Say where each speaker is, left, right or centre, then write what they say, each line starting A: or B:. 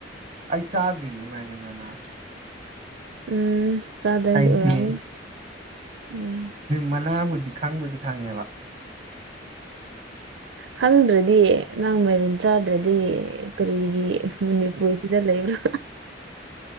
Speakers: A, on the right (about 35°); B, on the right (about 85°).
A: ꯑꯩ ꯆꯥꯗ꯭ꯔꯤ ꯃꯥꯏꯔꯤꯝ ꯃꯅꯥꯁ
B: ꯎꯝ ꯆꯥꯗ
A: ꯑꯩꯗꯤ
B: ꯑꯣꯔꯅꯤ ꯎꯝ
A: ꯃꯅꯥꯕꯨꯗꯤ ꯈꯪꯕꯨꯗꯤ ꯈꯪꯉꯦꯕ
B: ꯈꯪꯗ꯭ꯔꯗꯤ ꯃꯥꯏꯔꯦꯟ ꯆꯥꯗ꯭ꯔꯗꯤ ꯀꯔꯤꯒꯤ ꯃꯅꯤꯄꯨꯔꯁꯤꯗ ꯂꯩꯕ꯭ꯔꯥ